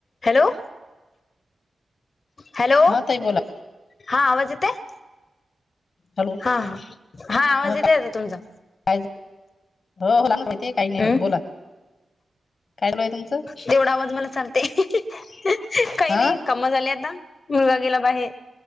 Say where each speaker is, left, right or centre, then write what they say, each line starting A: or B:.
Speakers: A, on the left; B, on the left.
A: हॅलो हॅलो
B: हा ताई बोला
A: हा आवाज येतय.
B: हॅलो
A: हा हा हा आवाज
B: ह
A: येतेय आता तुमचा
B: <inaudible> काही नाही
A: हम्
B: होत. बोला काय चालू आहे तुमचं
A: तेवढा आवाज मला चालतय काही
B: हा
A: नाही मला झाले आता मुलगा गेला बाहेर